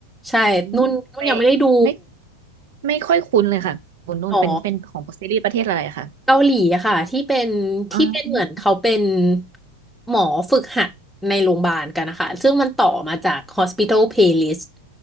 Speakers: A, in the centre; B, on the right.
A: ใช่นุ่นนุ่นยังไม่ได้ดู
B: อืมไม่ไม่ไม่ค่อยคุ้นเลยค่ะคุณนุ่นเป็นเป็นของซีรีส์ประเทศอะไรอะคะ
A: หมอเกาหลีอะค่ะที่เป็นที่เป็นเหมือนเขาเป็น
B: อ๋อ
A: หมอฝึกหัดในโรงพยาบาลกันนะคะซึ่งมันต่อมาจาก Hospital Playlist